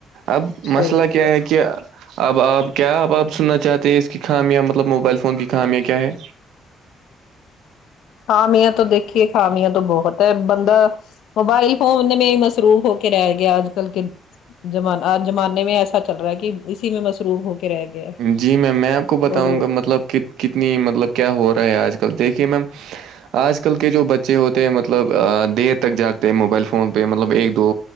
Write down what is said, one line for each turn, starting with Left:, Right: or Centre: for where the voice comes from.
Right: اب
Left: صحیح
Right: مسئلہ
Left: بات
Right: کیا ہے کہ اب آپ کیا اب آپ سننا چاہتے ہیں اس کی خامیاں مطلب موبائل فون کی خامیاں کیا ہے
Left: خامیا تو دیکھیے خامیا تو بہت ہے بند موبائل فون میں ہی مصروف ہو کے رہ گیا اج کل کے جمان زمانے میں ایسا چل رہا ہے کہ اسی میں مصروف ہو کے رہ گیا ہے <unintelligible>
Right: جی میم میں آپ کو بتاؤں
Left: تو
Right: گا مطلب کتنی مطلب کیا ہو رہا ہے آج کل دیکھیے میم آج کل کے جو بچے ہوتے ہیں مطلب دیر تک جاگتے ہیں موبائل فون پہ مطلب ایک دو